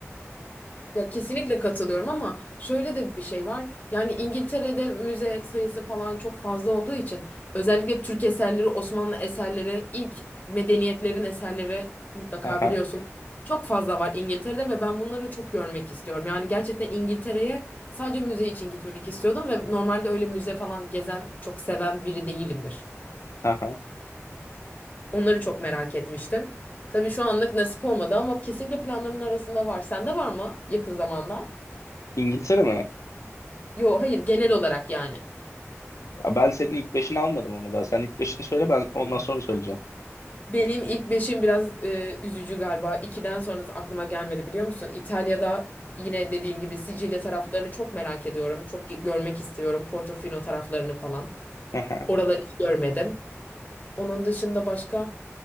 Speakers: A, on the left; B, on the left.
A: Ya kesinlikle katılıyorum ama şöyle de bir şey var. Yani İngiltere'de müze sayısı falan çok fazla olduğu için özellikle Türk eserleri, Osmanlı eserleri, ilk medeniyetlerin eserleri mutlaka
B: Aha,
A: biliyorsun. Çok fazla var İngiltere'de ve ben bunları çok görmek istiyorum. Yani gerçekten İngiltere'ye sadece müze için gitmek istiyordum ve normalde öyle müze falan gezen, çok seven biri değilimdir.
B: aha.
A: Onları çok merak etmiştim. Tabii şu anlık nasip olmadı ama kesinlikle planlarımın arasında var. Sende var mı yakın zamanda?
B: İngiltere mi?
A: Yo hayır genel olarak yani.
B: Ya Ben senin ilk beşini almadım ama daha. Sen ilk beşini söyle ben ondan sonra söyleyeceğim.
A: Benim ilk beşim biraz e, üzücü galiba. İkiden sonrası aklıma gelmedi biliyor musun? İtalya'da yine dediğim gibi Sicilya taraflarını çok merak ediyorum. Çok ge- görmek istiyorum. Portofino taraflarını falan.
B: Aha.
A: Oraları hiç görmedim. Onun dışında başka